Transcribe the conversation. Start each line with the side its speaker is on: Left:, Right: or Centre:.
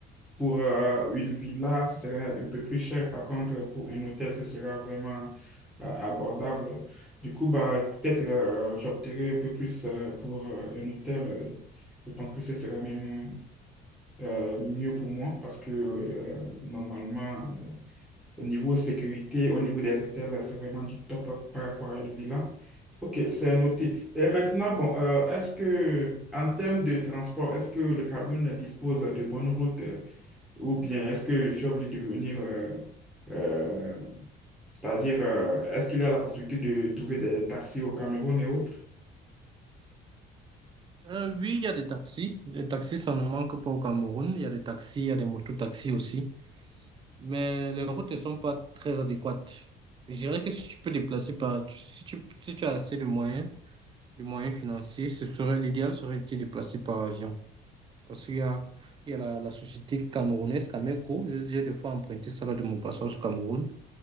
Centre: pour euh, une villa, ce serait un peu plus cher. Par contre, pour un hôtel, ce sera vraiment euh, abordable. Du coup, bah, peut-être euh, j'opterai un peu plus euh, pour euh, un hôtel. euh, Je pense que ce serait même euh, mieux pour moi parce que euh, normalement, au niveau sécurité, au niveau des hôtels, c'est vraiment du top par par rapport à une villa. OK, c'est noté. Et maintenant, bon, euh, est-ce que, en termes de transport, est-ce que le Cameroun dispose de bonnes routes euh, ou bien est-ce que je suis obligé de venir, euh, euh, c'est-à-dire, euh, est-ce qu'il y a la possibilité de trouver des taxis au Cameroun et autres?
Right: Euh, oui, il y a des taxis. Les taxis, ça ne manque pas au Cameroun. Il y a des taxis, il y a des mototaxis aussi. Mais les routes ne sont pas très adéquates. Je dirais que si tu peux déplacer par... Si tu, si tu as assez de moyens, de moyens financiers, ce serait l'idéal serait de te déplacer par avion. Parce qu'il y a, il y a la, la société camerounaise Cameco, j'ai j'ai des fois emprunté ça là de mon passage au Cameroun,